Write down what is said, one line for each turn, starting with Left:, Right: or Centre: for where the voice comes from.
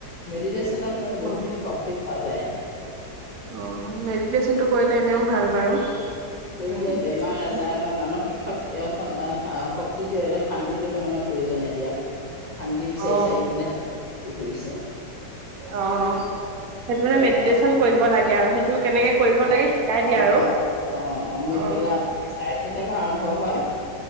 Left: মেডিটেচনত মানে
Right: অ
Left: বহুতখিনি শক্তি পোৱা যায়।
Right: অ মেডিটেচনটো কৰিলে এনেও ভাল বাৰু,
Left: কৰিলে
Right: উম।
Left: বেমাৰ-আজাৰ বা মানসিক শক্তি, অ শক্তিটো শান্তিটো মানুহৰ প্ৰয়োজন এতিয়া। শান্তি বিচাৰি
Right: অ
Left: চাৰি পিনে হাত ধৰিছে।
Right: অ, সেইটো মানে
Left: চাৰিটা
Right: মেডিটেচন কৰিব লাগে আৰু সেইটো কেনেকে কৰিব
Left: অ
Right: লাগে শিকাই
Left: অ
Right: দিয়া আৰু
Left: অ অ অমৃত
Right: অ।
Left: বেলা চাৰে তিনটাৰ পৰা আৰম্ভ হয়।